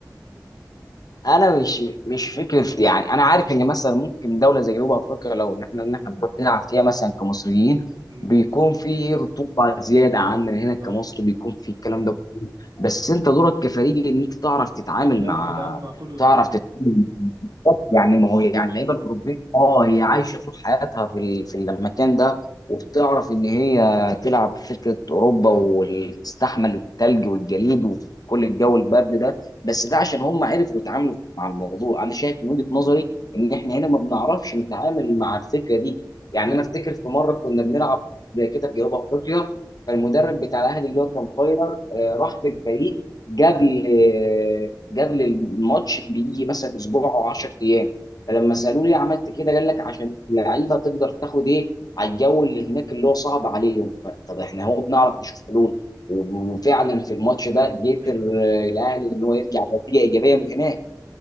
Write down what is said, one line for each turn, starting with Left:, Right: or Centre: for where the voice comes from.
Left: انا مش مش فكره يعني انا عارف ان مثلا ممكن دوله زي جنوب افريقيا لو ان احنا ان احنا بنروح نلعب فيها مثلا كمصريين
Right: امم
Left: بيكون في رطوبه زياده عننا هنا كمصر
Right: اه
Left: بيكون في الكلام ده كله بس انت دورك كفريق ان انت تعرف تتعامل
Right: يعرف
Left: مع
Right: يتعامل مع كل الظروف
Left: تعرف تتعامل مع- يعني
Right: ايوه
Left: ما هو يعني اللعيبه الاوروبيه اه هي عايشه طول حياتها في ال- في المكان ده وبتعرف ان هي تلعب في فكره اوروبا وتستحمل الثلج والجليد وكل الجو البارد ده بس
Right: امم
Left: ده عشان هم عرفوا يتعاملوا مع الموضوع انا شايف من وجهة نظري ان احنا هنا ما بنعرفش نتعامل مع الفكره دي يعني
Right: ايوه
Left: انا افتكر في مره كنا بنلعب زي كده في جنوب افريقيا فالمدرب
Right: امم
Left: بتاع الاهلي اللي هو كان فايلر آه، راح بالفريق قبل آه، قبل الماتش بيجي مثلا اسبوع او 10 ايام فلما
Right: ايوه
Left: سالوه ليه عملت كده قال لك عشان اللعيبه تقدر تاخد ايه على الجو اللي هناك اللي هو صعب عليهم ف- طب احنا هو بنعرف نشوف حلول وفعلا في الماتش ده قدر
Right: <clears throat>
Left: آه، الاهلي ان هو يرجع بنتيجه ايجابيه من هناك